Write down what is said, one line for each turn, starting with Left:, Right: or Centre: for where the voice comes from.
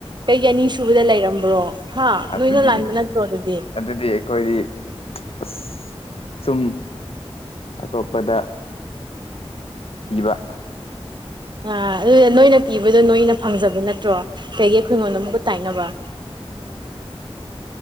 Right: ꯀꯩꯒꯤ ꯑꯅꯤ ꯁꯨꯕꯗ ꯂꯩꯔꯝꯕ꯭ꯔꯣ ꯍꯥꯥ
Left: ꯑꯗꯨꯗꯤ
Right: ꯅꯣꯏꯅ ꯂꯥꯟꯕ ꯅꯇ꯭ꯔꯣ ꯑꯗꯨꯗꯤ
Left: ꯑꯗꯨꯗꯤ ꯑꯩꯈꯣꯏꯗꯤ ꯑꯁ ꯁꯨꯝ ꯑꯇꯣꯞꯄꯗ ꯄꯤꯕ
Right: ꯑꯥ ꯑꯗꯨꯗ ꯅꯣꯏꯅ ꯄꯤꯕꯗꯣ ꯅꯣꯏꯅ ꯐꯪꯖꯕ ꯅꯠꯇ꯭ꯔꯣ ꯀꯩꯒꯤ ꯑꯩꯈꯣꯏꯉꯣꯟꯗ ꯑꯃꯨꯛꯀ ꯇꯥꯏꯅꯕ <inaudible>